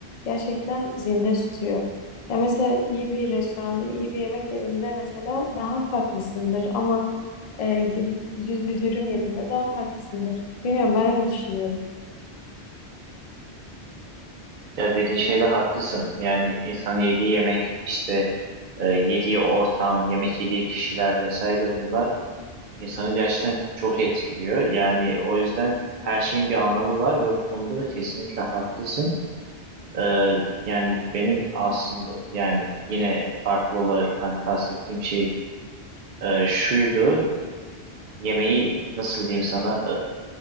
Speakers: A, on the left (about 50°); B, on the right (about 55°).
A: gerçekten zinde tutuyor. Ya mesela iyi bir restoranda iyi bir yemek yediğinde mesela daha farklısındır ama e, gidip düz bir dürüm yediğinde daha farklısındır. Bilmiyorum ben öyle düşünüyorum.
B: Ya dediğin şeyde haklısın. Yani insan yediği yemek, işte e, yediği ortam, yemek yediği kişiler vesaire bunlar insanı gerçekten çok etkiliyor. Yani o yüzden her şeyin bir anlamı var ve bu konuda da kesinlikle haklısın. E, yani benim aslında yani yine farklı olarak kastettiğim şey e, şuydu. yemeği nasıl diyeyim sana